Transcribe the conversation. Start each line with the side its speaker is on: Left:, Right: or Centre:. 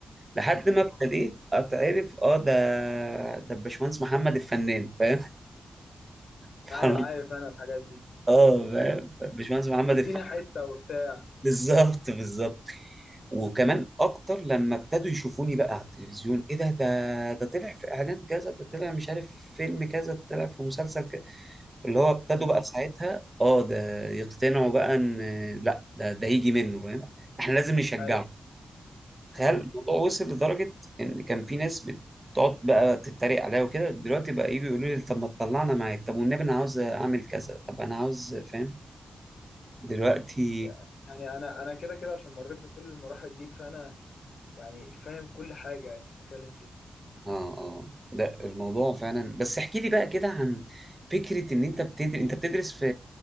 Right: لحد
Left: مم.
Right: ما ابتديت اتعرف اه ده ده الباشمهندس محمد الفنان فاهم <laughs>
Left: ايوه عارف انا الحاجات دي
Right: اه فاهم باشمهندس محمد
Left: وادينا
Right: الفقي
Left: حته وبتاع
Right: بالظبط بالظبط وكمان اكتر لما ابتدوا يشوفوني بقى على التلفزيون ايه ده ده ده طلع في اعلان كذا ده طلع مش عارف في فيلم كذا ده طلع في مسلسل كذا اللي هو ابتدوا
Left: ايوه
Right: بقى ساعتها اه ده يقتنعوا بقى ان لا ده ده يجي منه فاهم احنا لازم نشجعه
Left: ايوه
Right: تخيل
Left: فاهم
Right: الموضوع وصل لدرجة ان كان في ناس بتقعد بقى تتريق عليا وكده دلوقتي بقى يجوا يقولوا لي طب ما تطلعنا معاك طب والنبي انا عاوز اعمل كذا طب انا عاوز فاهم دلوقتي
Left: يع- يعني انا انا كده كده عشان مريت بكل المراحل دي فانا يعني فاهم كل حاجه انت بتتكلم فيها
Right: اه اه ده الموضوع فعلا بس احكي لي بقى كده عن فكرة ان انت بتدرس انت بتدرس في